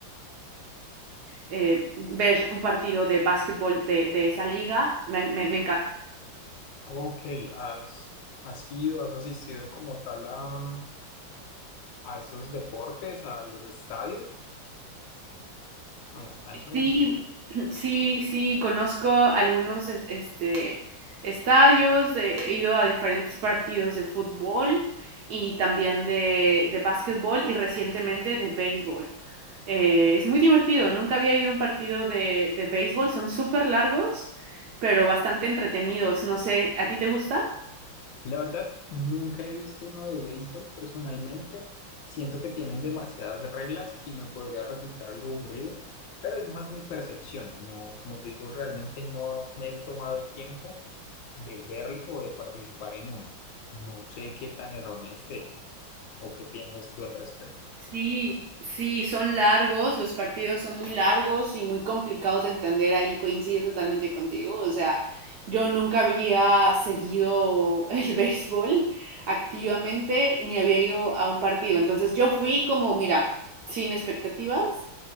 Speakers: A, on the right (about 70°); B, on the left (about 70°).
A: eh, ver un partido de básquetbol de, de esa liga. Me, me- me encanta.
B: Ok, ¿has, has ido, has asistido como tal a, mm, a esos deportes, a los estadios, a la cancha como
A: Sí,
B: tal?
A: sí, sí, conozco algunos es- este, estadios, he he ido a diferentes partidos de fútbol y también de, de básquetbol y recientemente de béisbol. Eh, es muy divertido, nunca había ido a un partido de, de béisbol, son súper largos, pero bastante entretenidos. No sé, ¿a ti te gusta?
B: La verdad, nunca he visto uno de béisbol personalmente. Siento que tienen demasiadas reglas y me podría resultar algo aburrido, pero es más mi percepción. No, como te digo, realmente no me he tomado el tiempo de verlo o de participar en uno. No sé qué tan erróneo esté o qué piensas tú al respecto.
A: Sí, sí, son largos, los partidos son muy largos y muy complicados de entender, ahí coincido totalmente contigo, o sea, yo nunca había seguido el <laughs> béisbol activamente ni había ido a un partido, entonces yo fui como, mira, sin expectativas